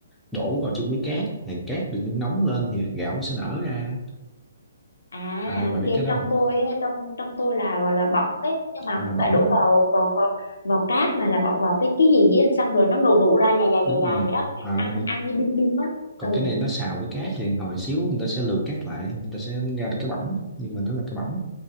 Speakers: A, in the centre; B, on the left (about 80°).
A: đổ vào chung với cát thì cát được nung nóng lên thì hạt gạo nó sẽ nở ra
B: À
A: à
B: ok
A: bà biết cái đó
B: trong
A: không
B: tôi á, trong trong tôi là gọi là bỏng đấy nhưng mà
A: à,
B: không
A: bỏng
B: phải đổ
A: á
B: vào vào vào, vào cát mà là bỏ vào cái cái gì á, xong rồi nó nổ nổ ra dài dài
A: đúng
B: dài dài
A: rồi
B: vậy đó
A: à,
B: ăn ăn như bim bim á
A: còn
B: ừ
A: cái này nó xào với cát thì hồi xíu người ta sẽ lượt cát lại người ta sẽ ra được cái bỏng nhưng mà nó là cái bỏng